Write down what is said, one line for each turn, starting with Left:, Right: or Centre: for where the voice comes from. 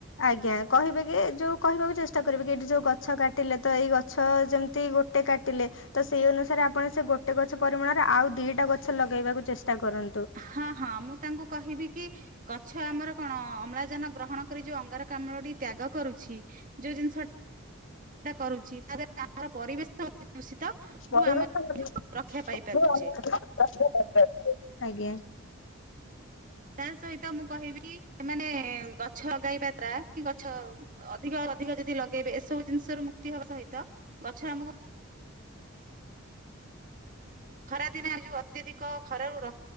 Left: ଆଜ୍ଞା କହିବେ କି ଯୋଉ କହିବାକୁ ଚେଷ୍ଟା କରିବେ କି ଏଠି ଯୋଉ ଗଛ କାଟିଲେ ତ ଏଇ ଗଛ ଯେମିତି ଗୋଟେ କାଟିଲେ ତ ସେଇ ଅନୁସାରେ ଆପଣ ସେ ଗୋଟେ ଗଛ ପରିମାଣରେ ଆଉ ଦିଟା ଗଛ ଲଗେଇବାକୁ ଚେଷ୍ଟା କର
Right: ହଁ ହଁ ମୁଁ ତାଙ୍କୁ କହିବି କି ଗଛ ଆମର କଣ ଅମ୍ଳଜାନ ଗ୍ରହଣ କରି ଯୋଉ ଅଙ୍ଗାରକାମ୍ଳ ଟି ତ୍ୟାଗ କରୁଛି ଯୋଉ ଜିନିଷ କରୁଛି ତା ଦଵାରା ଆମର ପରିବେଶ ଦୂଷିତ
Left: <unintelligible>
Right: ରୁ ଆମେ ରକ୍ଷା ପାଇପାରୁଛେ
Left: ଆଜ୍ଞା।
Right: ତା ସହିତ ମୁଁ କହିବି ସେମାନେ ଗଛ ଲଗେଇବା ଦ୍ଵାରା କି ଗଛ ଅଧିକ ଅଧିକ ଯଦି ଲଗେଇବେ ଏସବୁ ଜିନିଷରୁ ମୁକ୍ତି ହବା ସହିତ ଗଛ ଆମକୁ ଖରା ଦିନେ ଯୋଉ ଅତ୍ୟଧିକ ଖରାରୁ